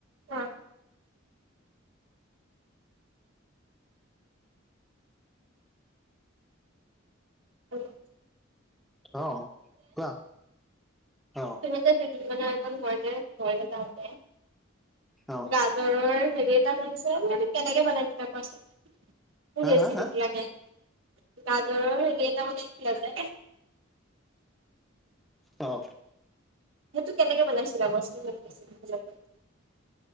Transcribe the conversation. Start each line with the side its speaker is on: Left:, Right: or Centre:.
Right: কোৱা? হেল্ল'?
Centre: অ', কোৱা অ'।
Right: এইযে দুদিন মানৰ আগত মই যে ঘৰলে যাওঁতে
Centre: অ
Right: গা জৰৰ হেৰি এটা কৰি দিছে এইতো কেনেকে বনাই কোৱাছোন? মোক
Centre: হা
Right: ৰেচিপিটো
Centre: হা হা
Right: লাগে, গাজৰৰ হেৰি এটা বনাইছিলা যে?
Centre: অ'।
Right: সেইটো কেনেকৈ বনাইছিলা কোৱাছোন মোক <unintelligible>